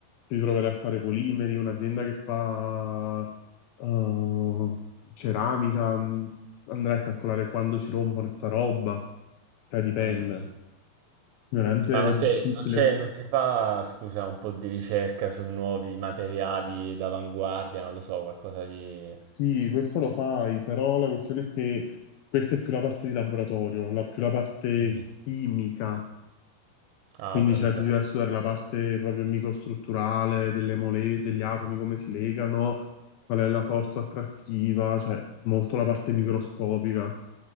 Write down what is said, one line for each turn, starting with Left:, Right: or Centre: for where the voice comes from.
Left: ti troverai a fare polimeri, un'azienda che fa eh, ceramica, n- andrai a calcolare quando si rompono sta roba, cioè dipende.
Right: mh, mh.
Left: Veramente
Right: Ma non
Left: è
Right: sei
Left: difficile.
Right: non c'è non si fa, scusa, un po' di ricerca su nuovi materiali d'avanguardia, non lo so, qualcosa di
Left: Sì, questo lo fai, però la questione è che questa è più la parte di laboratorio, la, più la parte
Right: mh-mh.
Left: chimica.
Right: Ah,
Left: Quindi
Right: ho capito.
Left: cioè, tu devi studiare la parte proprio microstrutturale delle mole, degli atomi, come si legano, qual è la forza attrattiva, cioè molto la parte microscopica.